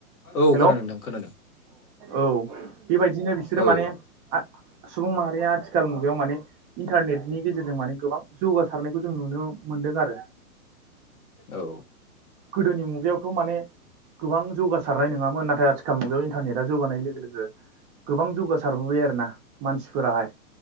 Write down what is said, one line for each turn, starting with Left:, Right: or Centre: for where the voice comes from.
Left: औ
Right: हेल'
Left: खोनादोंथां
Right: अ
Left: खोनादों
Right: औ बेबायदिनो बिसोरो
Left: औ
Right: माने सुबुं माहारिया आथिखाल मुगायाव माने इन्टारनेटनि गेजेरजों माने गोबां जौगासारनायखौ जों नुनो मोनदों आरो
Left: औ
Right: गोदोनि मुगायावथ' माने गोबां जौगासारनाय नङामोन नाथाय आथिखाल मुगायाव इन्टारनेटा जौगानाय लोगो लोगो गोबां जौगासारबोबाय आरोना मानसिफोराहाय